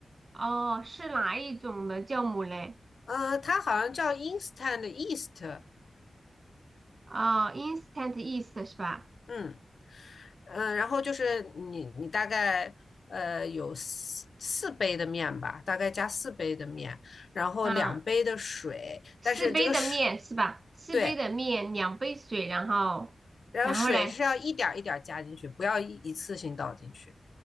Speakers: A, on the right; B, on the left.
A: 哦，是哪一种的酵母嘞？
B: 呃，它好像叫 Instant e a s t
A: 哦，instant yeast 是吧？
B: 嗯嗯、呃然后就是你你大概呃有四四杯的面吧，大概加四杯的面，然后两杯的水，
A: 嗯，四杯的面是吧？
B: 但是这个水
A: 四杯的面，
B: 对，
A: 两杯水，然后然后嘞。
B: 然后水是要一点一点加进去，不要一一次性倒进去，